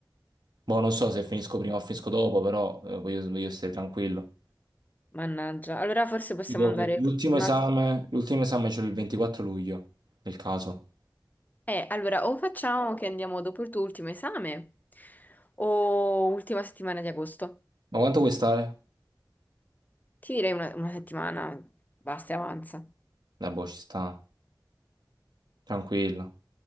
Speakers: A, on the right; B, on the left.
A: Boh, non so se finisco prima o finisco dopo, però eh, voglio, voglio stare tranquillo.
B: Mannaggia. Allora forse possiamo
A: Dico
B: andare...
A: che l'ultimo
B: Ma...
A: esame, l'ultimo esame c'è il 24 luglio, nel caso.
B: Eh, allora o facciamo che andiamo dopo il tuo ultimo esame o ultima settimana di agosto.
A: Ma quanto vuoi stare?
B: Ti direi una, una settimana, basta e avanza.
A: La boh, ci sta, tranquillo.